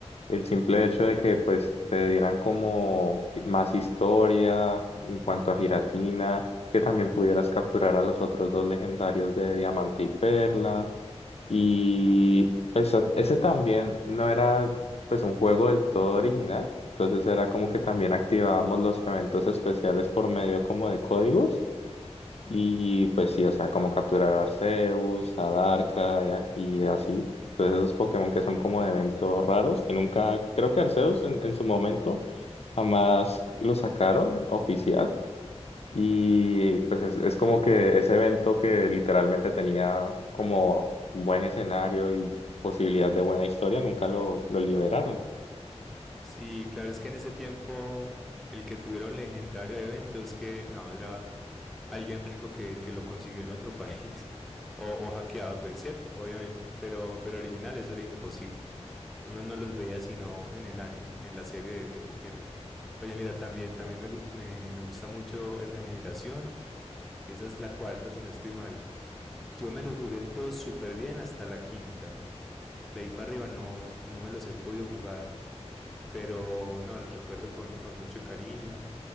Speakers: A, on the left (about 65°); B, in the centre.
A: El simple hecho de que pues te dieran como más historia en cuanto a Giratina, que también pudieras capturar a los otros dos legendarios de Diamante y Perla. Y pues a- ese también no era pues un juego del todo original, entonces era como que también activábamos los eventos especiales por medio como de códigos y pues sí, o sea, como capturar a Arceus, a Darkrai a- y así. Entonces esos Pokémon que son como de eventos raros, que nunca, creo que Arceus en, en su momento jamás lo sacaron oficial, y pues es, es como que ese evento que literalmente tenía como buen escenario y posibilidad de buena historia, nunca lo, lo liberaron.
B: Sí, claro, es que en ese tiempo el que tuviera un legendario de evento es que, no, era alguien rico que, que lo consiguió en otro país. <laughs> O, o hackeado, pues cierto, obviamente. Pero, pero original, eso era imposible. Uno no los veía sino en el anime, en la serie de, de Pokémon. Oye, mira, también, también me, gu- me- me gusta mucho esa generación. Esa es la cuarta, si no estoy mal. Yo me los jugué todos súper bien hasta la quinta. De ahí para arriba no, no me los he podido jugar. Pero no, los recuerdo con, con mucho cariño.